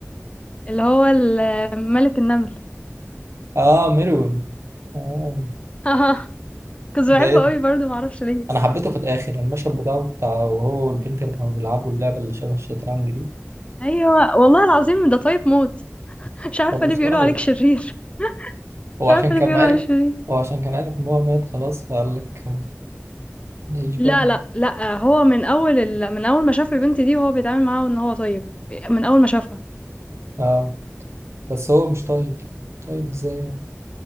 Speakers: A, on the left (about 25°); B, on the right (about 70°).
A: اللي هو ال- آه، ملك النمل
B: آه ميرون آه
A: <laughs> كنت
B: ده
A: بحبه
B: إيه ده؟
A: قوي برضه معرفش ليه
B: أنا حبيته في الآخر المشهد بتاعه بتاع وهو والبنت اللي كانوا بيلعبوا اللعبة اللي شبه الشطرنج دي
A: ايوه والله العظيم ده طيب موت مش عارفه
B: هو مش
A: ليه بيقولوا
B: طايق
A: عليك شرير
B: هو
A: مش
B: عشان
A: عارفه
B: كان
A: ليه بيقولوا
B: عارف
A: عليه شرير
B: هو عشان كان عارف إن هو مات خلاص فقال لك نعيش
A: لا
B: بقى
A: لا لا هو من اول ال... من اول ما شاف البنت دي هو بيتعامل معاها ان هو طيب من اول ما شافها
B: آه بس هو مش طيب طيب إزاي